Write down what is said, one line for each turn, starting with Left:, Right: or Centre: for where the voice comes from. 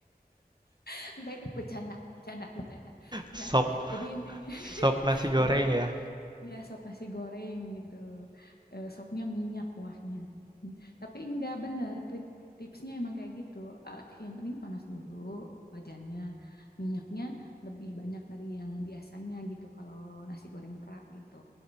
Left: <laughs> Enggak itu bercanda, bercanda, bercanda. Enggak.
Right: sop,
Left: Jadi intinya
Right: sop
Left: <laughs>
Right: nasi goreng
Left: jadi
Right: ya.
Left: ya sop nasi goreng gitu. Eh, sopnya minyak kuahnya. Hmm. Tapi enggak benar tip- tipsnya emang kayak gitu. Eh, yang penting panas dulu wajannya. Minyaknya lebih banyak dari yang biasanya gitu kalau nasi goreng pra gitu